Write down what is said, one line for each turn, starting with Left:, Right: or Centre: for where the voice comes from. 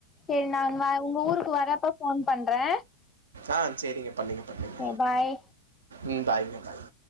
Left: சேரி நான் வ உங்க ஊருக்கு வரப்ப ஃபோன் பண்றே
Right: ஆ சேரிங்க பண்ணுங்க பண்ணுங்க
Left: ஓகே பாய்
Right: ம் பாய்ங்க பாய்